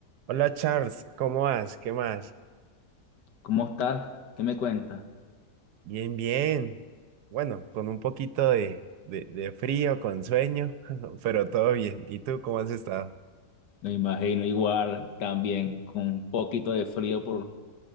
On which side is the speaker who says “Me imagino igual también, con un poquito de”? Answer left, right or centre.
Left